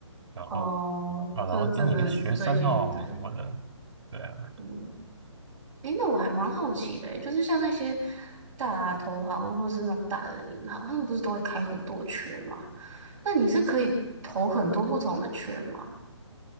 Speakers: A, on the right; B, on the right.
A: 然后
B: 哦，
A: 啊，
B: 这真的是最近不太，
A: 然后啊你还是学生哦什么的，对啊，
B: 嗯。诶，那我还蛮好奇的欸，就是像那些大投行或是那种大的银行，他们不是都会开很多缺吗？那你是可以投很多不同的缺吗？